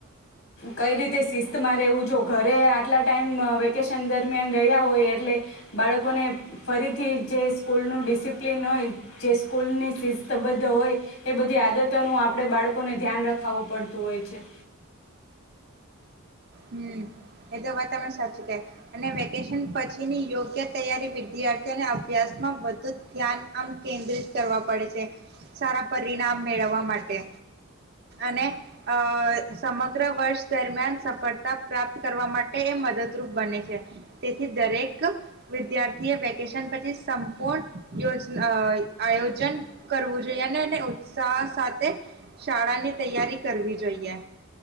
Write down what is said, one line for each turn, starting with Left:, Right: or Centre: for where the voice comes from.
Left: કઈ રીતે શિસ્તમાં રહેવું. જો ઘરે આટલા ટાઈમ વેકેશન દરમિયાન રહ્યા હોય એટલે બાળકોને ફરીથી જે સ્કૂલ નું ડિસિપ્લિન હોય જે સ્કૂલની શિસ્તબદ્ધ હોય એ બધી આદતોનું આપણેે બાળકોને ધ્યાન રખાવું પડતું હોય છે.
Right: હમ એ તો વાત તમે સાચી કહિ અને વેકેશન પછીની યોગ્ય તૈયારી વિદ્યાર્થીઓને અભ્યાસ માં વધુ ધ્યાન આમ કેન્દ્રિત કરવા પડે છે સારા પરિણામ મેળવવા માટે અને અ સમગ્ર વર્ષ દરમિયાન સફળ તા પ્રાપ્ત કરવા માટે એ મદદરૂપ બને છે તેથી દરેક વિદ્યાર્થી એ વેકેશન પછી સંપૂર્ણ યોજ આયોજન કરવું જોઈએ અને ઉત્સાહ સાથે શાળાની તૈયારી કરવી જોઈએ.